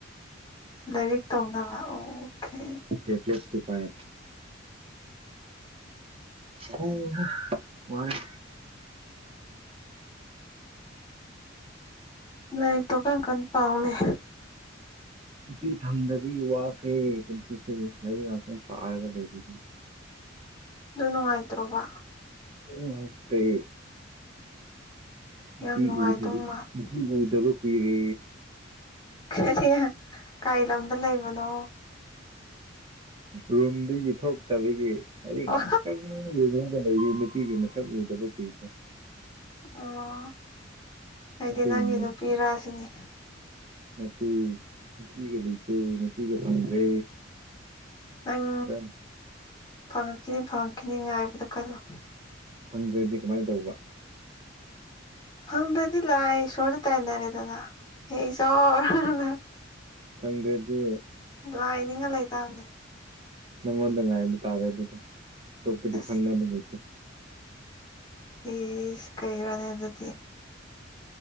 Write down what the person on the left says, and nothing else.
ꯂꯥꯏꯔꯤꯛ ꯇꯧꯅꯕ ꯑꯣꯈꯦ
ꯂꯥꯏꯔꯤꯛꯇꯣ ꯀꯟ ꯀꯟ ꯄꯥꯥꯎꯅꯦ
ꯑꯗꯨ ꯅꯨꯡꯉꯥꯏꯇ꯭ꯔꯣꯕ
ꯌꯥꯝ ꯅꯨꯡꯉꯥꯏꯗꯧ
ꯃꯥꯜ
ꯀꯔꯤ ꯀꯥꯏ ꯂꯝꯗ ꯂꯩꯕꯅꯣ
ꯑꯣ
ꯑꯣ ꯑꯩꯗꯤ
ꯅꯪꯒꯤ ꯅꯨꯄꯤꯔꯥꯁꯤꯅꯤ
ꯅꯪ
ꯐꯪꯉꯛꯈꯤꯅꯤ ꯐꯪꯉꯛꯈꯤꯅꯤ ꯉꯥꯏꯕꯗ ꯀꯜꯂꯣ
ꯐꯪꯗꯔꯗꯤ ꯂꯥꯏ ꯏꯁꯣꯔꯗ ꯇꯥꯏꯅꯔꯦꯗꯅ ꯍꯦ ꯏꯁꯣꯔꯗ
ꯂꯥꯏꯅꯤꯡꯉ ꯂꯩꯇꯥꯕꯅꯦ꯫
ꯑꯁ
ꯏꯁ ꯀꯩꯅꯣꯅꯦ ꯑꯗꯨꯗꯤ